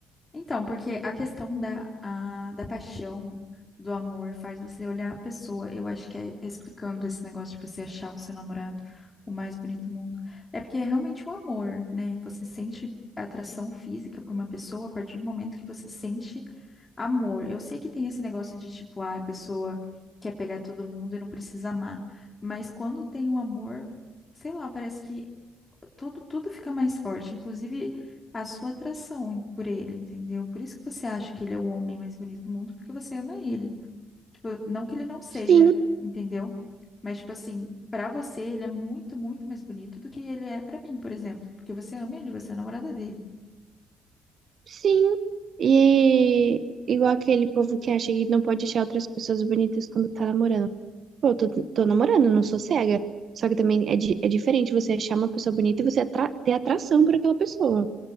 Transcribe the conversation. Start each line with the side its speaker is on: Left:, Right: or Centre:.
Left: Então, porque a questão da, a, da paixão, do amor, faz você olhar a pessoa. Eu acho que é explicando esse negócio de você achar o seu namorado o mais bonito do mundo. É porque é realmente o amor, né? Você sente atração física por uma pessoa a partir do momento que você sente amor. Eu sei que tem esse negócio de tipo, ah, a pessoa quer pegar todo mundo e não precisa amar. Mas quando tem um amor, sei lá, parece que tudo, tudo fica mais forte, inclusive a sua atração em- por ele, entendeu? Por isso que você acha que ele é o homem mais bonito do mundo, porque você ama ele. Tipo, não que ele não seja,
Right: Sim,
Left: entendeu? Mas, tipo assim, pra você, ele é muito, muito mais bonito do que ele é pra mim, por exemplo. Porque você ama ele, você é a namorada dele.
Right: sim. E igual aquele povo que acha que não pode achar outras pessoas bonitas quando tá namorando. Pô, eu tô, tô namorando, não sou cega. Só que também é, di- é diferente você achar uma pessoa bonita e você atra- ter atração por aquela pessoa.